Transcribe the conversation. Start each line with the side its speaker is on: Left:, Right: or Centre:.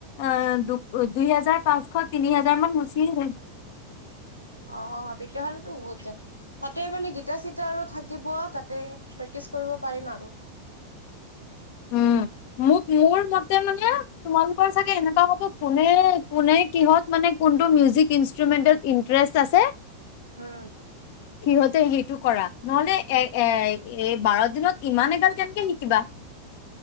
Left: অ দু দুই হেজাৰ পাঁচ -শ তিনি হাজাৰ মান গুছিয়ে যায়।
Right: অ তেতিয়াহ'লেতো বহুত যায়। তাতে মানে গিটাৰ - চিটাৰও থাকিব তাতে প্ৰেক্টিচ কৰিব পাৰিম আৰু।
Left: উম। মোক মোৰ মতে মানে তোমালোকৰ চাগে এনেকুৱা হব কোনে - কোনে কিহত মানে কোনটো মিউজিক ইষ্টোমেণ্টত ইণ্টাৰেষ্ট আছে
Right: হম।
Left: সিহঁতে সেইটো কৰা। নহলে এ এ এই বাৰ দিনত ইমান এগাল কেনেকে শিকিবা?